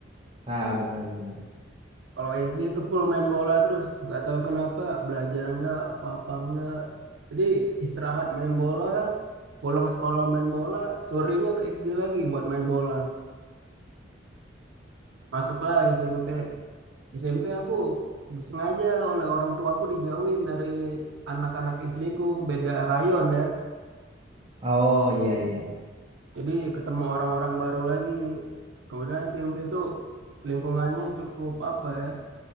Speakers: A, on the right (about 30°); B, on the right (about 75°).
A: nah benar-benar
B: Kalau SD itu full main bola terus. Nggak tahu kenapa, belajar enggak, apa-apa enggak. Jadi istirahat main bola, pulang sekolah main bola, sorenya ke SD lagi buat main bola. Masuklah SMP. SMP aku sengaja oleh orang tua aku dijauhin dari anak-anak SD ku beda rayon ya.
A: oh iya iya
B: Jadi ketemu orang-orang baru lagi. Kemudian SMP itu lingkungannya cukup apa ya,